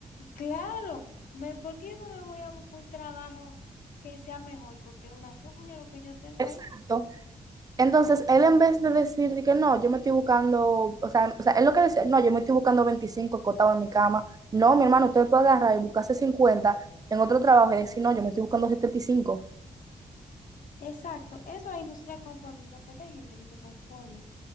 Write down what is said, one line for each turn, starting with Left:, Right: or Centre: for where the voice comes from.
Left: Claro, me, ¿por qué yo no me voy a buscar un trabajo que sea mejor? Porque una cuña lo que yo tengo
Right: Exacto.
Left: ahí.
Right: Entonces, él en vez de decir de que no, yo me estoy buscando, o sea, o sea, él lo que decía, no, yo me estoy buscando 25 acotado en mi cama, no, mi hermano, usted puede agarrar y buscarse cincuenta en otro trabajo y decir, no, yo me estoy buscando setenta y cinco
Left: Exacto, eso ahí hay industria conformista, porque hay gente que se conforma.